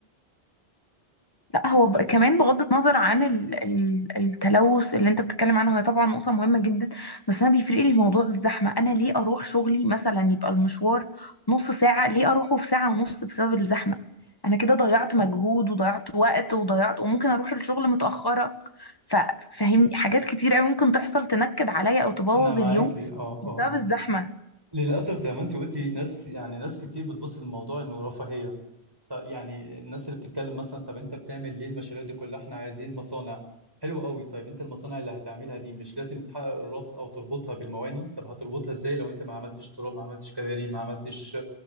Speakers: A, on the left (about 20°); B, on the right (about 20°).
A: لا هو ب-
B: طب
A: كمان بغض النظر عن ال- ال- التلوث اللي انت بتتكلم عنه هي طبعا نقطة مهمة جدا بس انا بيفرق لي موضوع الزحمة انا ليه اروح شغلي مثلا يبقى المشوار نص ساعة ليه اروحه في ساعة ونص بسبب الزحمة انا كده ضيعت
B: صح
A: مجهود وضيعت وقت وضيعت وممكن اروح الشغل متأخرة ففهمني حاجات كتير قوي ممكن تحصل تنكد عليا او تبوظ
B: انا معاكي
A: اليوم
B: اه اه
A: بسبب
B: اه
A: الزحمة
B: للاسف زي ما انت قلتي ناس يعني ناس كتير بتبص للموضوع انه رفاهيه طب يعني الناس اللي بتتكلم مثلا طب انت بتعمل ليه المشاريع دي كلها احنا عايزين مصانع حلو قوي طيب انت المصانع اللي هتعملها دي مش لازم تحقق الربط او تربطها بالمواني طب هتربطها ازاي لو انت ما عملتش طرق ما عملتش كباري ما عملتش